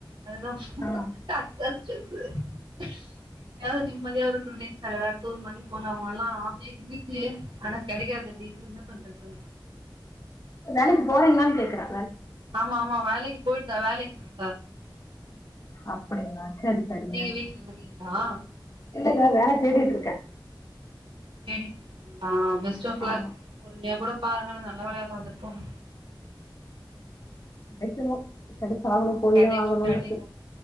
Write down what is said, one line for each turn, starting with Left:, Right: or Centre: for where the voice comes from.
Right: அதுதா <unintelligible>
Left: ஆமா
Right: எங்கேயாவது நிம்மதியா ஒரு டூ டேஸ் எதாது டூர் மாரி போலாமானு ஆச இருக்கு ஆனா கெடைக்காது லீவு என்ன பண்றது?
Left: வேலைக்கி போறீங்களானு கேக்கறே.
Right: ஆமா ஆமா வேலைக்கு போயிட்டுதா வேலைக்கு போயிட்டுதா இருக்கே.
Left: அப்படிங்களா சரி சரிங்க
Right: நீங்க வீட்ல இருக்கீங்ளா?
Left: இல்ல வேல தேடிட்டு இருக்கே.
Right: தேடிட்ருக்கீங்ளா? பெஸ்ட் ஆஃப்
Left: ஆமா
Right: லக் பொறுமையா கூட பாக்கறது நல்ல வேலையா பாத்துட்டு போங்க.
Left: கெடைக்கணு கெடச்சாகணு போய்
Right: கெடைக்கு
Left: தா ஆகணுன்ருக்கு
Right: கெடைக்கு